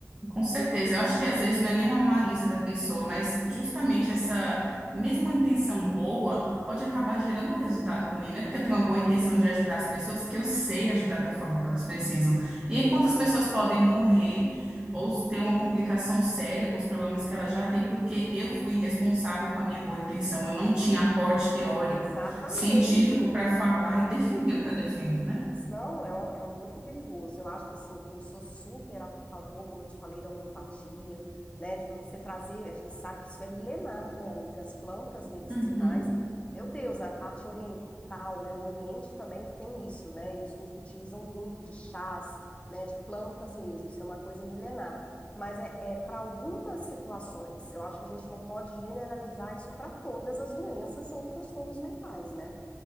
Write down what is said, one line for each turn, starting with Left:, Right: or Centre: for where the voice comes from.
Right: Com certeza, eu acho que às vezes não é nenhuma malícia da pessoa, mas justamente essa mesma intenção boa pode acabar gerando um resultado ruim, né? Porque eu tenho uma boa intenção de ajudar as pessoas, que eu sei ajudar da forma que elas precisam. E
Left: Exato,
Right: aí, quantas pessoas podem morrer ou ter uma complicação séria com os problemas que elas já têm, porque eu fui irresponsável com a minha boa intenção, eu não tinha aporte teórico,
Left: exatamente.
Right: científico para falar e defender o que eu defendo, né?
Left: Não, é, um- é muito perigoso. Eu acho que assim, eu sou super a favor, como eu te falei, da homeopatia, né? De você trazer, a gente sabe que isso é milenar, né, amiga? As plantas medicinais,
Right: Uhum.
Left: meu Deus, a parte oriental, né? O Oriente também que tem isso, né? Eles us- utilizam muito de chás, né? De plantas mesmo. Isso é uma coisa milenar. Mas é, é para algumas situações. Eu acho que a gente não pode generalizar isso para todas as doenças ou transtornos mentais, né?